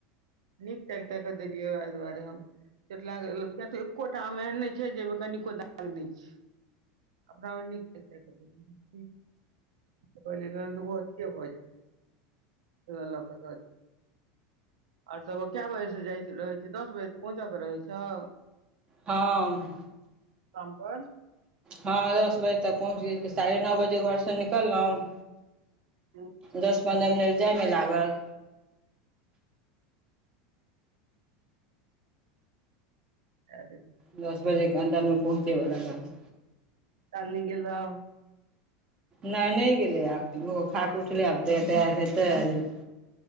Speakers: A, on the right; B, on the right.
A: नीक तैक तैक कऽ देलियै ओ दुआरे हम। चटलागलय तऽ एकोटा आम एहन नै छै जाहिमे कनिको दाग नै छै। अपना ब न कैस। <unintelligible> <inaudible> आर सब क बजे से जाय रहे छै दस बजे पहुंच क रहै छौ।
B: हँ
A: शाम पर
B: हँ दस बजे तक पहुँच गेल साढ़े नौ बजे घरसँ निकललहुँ।
A: हु
B: दस पन्द्रह मिनट जाइमे लागल।
A: अ
B: दस बजे के अन्दर मे पहुँचेवला रहथिन।
A: काल्हि नहि गेलौं
B: नहि नहि गेलै यै ओहो खाकऽ उठलै आब तऽ तैयार हेतै जे